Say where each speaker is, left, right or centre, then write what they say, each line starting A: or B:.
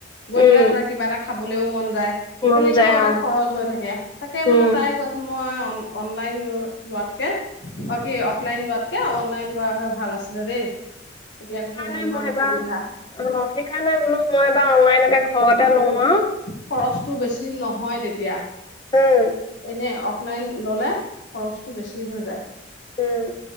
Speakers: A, on the left (about 65°); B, on the left (about 25°).
A: গৈ
B: উম
A: পেলাই ধৰা কিবা এটা খাবলৈও মন যায়
B: মন
A: তেনেকেও
B: যায়
A: এটা
B: অ
A: খৰচ হৈ থাকে তাকে
B: উম
A: মানে তাই কৈছে মই অনলাইন লো লোৱাতকে অ কি অফলাইন লোৱাতকে অনলাইন লোৱা হৈ ভাল আছিলে দেই তেতিয়া
B: সেইকাৰণে
A: কৈছে মোৰ ইমান
B: মই এবাৰ
A: অসুবিধা
B: অ সেইকাৰণে বোলো মই এইবাৰ অনলাইনকে ঘৰতে লওঁ আৰু
A: খৰচটো বেছি নহয় তেতিয়া
B: উম
A: এনে অ লাইন ললে খৰচটো বেছি হৈ যায়
B: উম